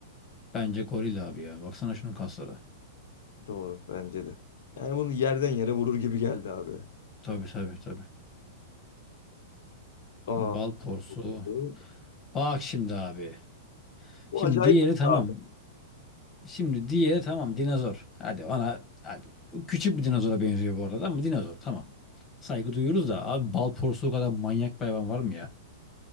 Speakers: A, on the left (about 25°); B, on the left (about 60°).
A: Bence goril abi ya. Baksana şunun kasları.
B: Doğru bence de. Yani bunu yerden yere vurur gibi geldi abi.
A: Tabii tabii tabii.
B: Aa,
A: Bal porsu.
B: bu
A: Bak şimdi abi.
B: bu
A: Şimdi
B: acayip
A: diğeri
B: oldu
A: tamam.
B: abi.
A: Şimdi diğeri tamam dinozor. Hadi bana hadi. Küçük bir dinozora benziyor bu arada ama dinozor tamam. Saygı duyuyoruz da abi bal porsuğu kadar manyak bir hayvan var mı ya?